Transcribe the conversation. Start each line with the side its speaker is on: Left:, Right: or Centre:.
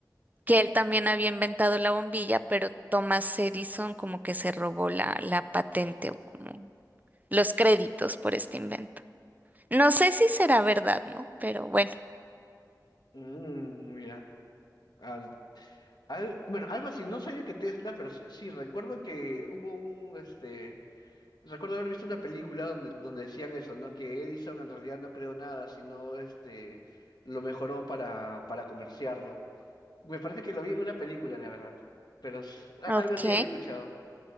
Right: que él también había inventado la bombilla, pero Thomas Edison como que se robó la, la patente o como los créditos por este invento. No sé si será verdad, ¿no? Pero bueno,
Left: Mm, mira, Ah, al- bueno, algo así. No sabía que Tesla, pero sí, sí, recuerdo que hubo un, este, Recuerdo haber visto una película donde, donde decían eso, ¿no? Que Edison en realidad no creó nada, sino este lo mejoró para, para comerciarlo. Me parece que lo vi en una película, la verdad. Pero s- a-
Right: ok.
Left: algo sí había escuchado.